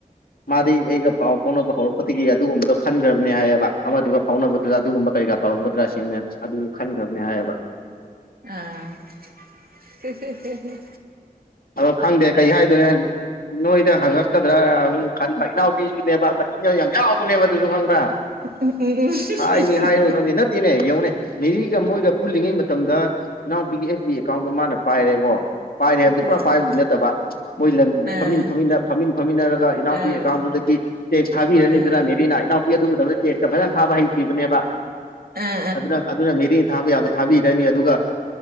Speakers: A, on the left; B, on the right.
A: ꯃꯥꯗꯤ ꯑꯩꯒ ꯄꯥꯎ ꯐꯥꯎꯅꯕ ꯍꯧꯔꯛꯄꯗꯒꯤ ꯑꯗꯨꯒꯨꯝꯕꯗꯣ ꯈꯟꯈ꯭ꯔ ꯅꯦ ꯍꯥꯏꯌꯦꯕ ꯑꯃꯗꯨꯒ ꯐꯥꯎꯅꯕꯗꯨꯗ ꯑꯗꯨꯒꯨꯝꯕ ꯀꯔꯤ ꯀꯥ ꯇꯧꯔꯝꯒꯗ꯭ꯔꯥ ꯁꯤ ꯑꯗꯨ ꯈꯟꯒꯔꯥꯕꯅꯤ ꯍꯥꯏꯌꯦꯕ
B: ꯑ-ꯍꯦ-ꯍꯦ-ꯍꯦ-ꯍꯦ
A: ꯑꯗꯣ ꯈꯪꯗꯦ ꯀꯩ ꯍꯥꯏꯗꯣꯏꯅꯣ ꯅꯣꯏꯗ ꯍꯪꯉꯛꯀꯗ꯭ꯔꯥ ꯑꯃꯨꯛ ꯈꯟꯕ ꯏꯅꯥꯎ ꯄꯤꯁꯨꯅꯦꯕ ꯃꯆꯤꯟꯗꯣ ꯌꯥꯝ ꯌꯥꯎꯕꯅꯦꯕ ꯑꯗꯨꯁꯨ ꯈꯪꯕ꯭ꯔꯥ
B: ꯎꯝ ꯍ-ꯍ-ꯍ-ꯍ
A: ꯍꯥꯏꯅꯤ ꯍꯥꯏꯔꯣꯏ ꯈꯪꯗꯦ ꯅꯠꯇꯦꯅꯦ ꯌꯦꯡꯉꯨꯅꯦ ꯃꯦꯔꯤꯒ ꯃꯣꯏꯒ ꯄꯨꯜꯂꯤꯉꯩ ꯃꯇꯝꯗ ꯏꯅꯥꯎꯄꯤꯒꯤ ꯑꯦꯐ ꯕꯤ ꯑꯦꯀꯥꯎꯟꯗꯣ ꯃꯥꯅ ꯄꯥꯏꯔꯦꯕꯀꯣ ꯄꯥꯏꯔꯦ ꯍꯥꯏꯕꯗꯤ
B: ꯑꯥ
A: ꯄꯨꯔꯥ ꯄꯥꯏꯕꯨꯗꯤ ꯅꯠꯇꯕ ꯃꯣꯏ ꯂꯝ
B: ꯑꯥ
A: ꯐꯝꯃꯤꯟ ꯐꯝꯟꯅ ꯐꯝꯃꯤꯟ ꯐꯝꯃꯤꯟꯅꯔꯒ ꯏꯅꯥꯎꯄꯤ
B: ꯑꯥ
A: ꯑꯦꯀꯥꯎꯟꯗꯨꯗꯒꯤ ꯇꯦꯛꯁ ꯊꯥꯕꯤꯔꯅꯤꯗꯅ
B: ꯑꯥ
A: ꯃꯦꯔꯤꯅꯥ ꯏꯅꯥꯎꯄꯤ ꯑꯗꯨꯗ ꯇꯦꯛꯁꯀ ꯐꯖꯅ ꯊꯥꯕ ꯍꯩꯇ꯭ꯔꯤꯕꯅꯦꯕ
B: ꯑꯥ ꯑꯥ ꯑꯥ ꯑꯥ ꯑꯥ
A: ꯑꯗꯨꯅ-ꯑꯗꯨꯅ ꯃꯦꯔꯤ ꯊꯥꯕ ꯌꯥꯕ ꯊꯥꯕꯤꯔꯅꯤ ꯑꯗꯨꯒ